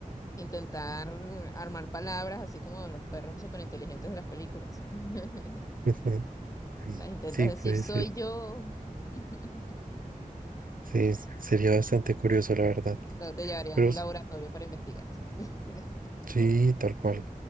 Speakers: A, on the left; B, on the right.
A: intentar armar palabras así como los perros superinteligentes de las películas. <laughs>
B: <laughs>
A: Las intentas
B: Sí,
A: decir
B: puede
A: soy
B: ser.
A: yo. <laughs>
B: Sí, sería bastante curioso, la verdad.
A: Luego te llevarían
B: Pero
A: a un
B: s-
A: laboratorio para investigar. <laughs>
B: sí, tal cual. O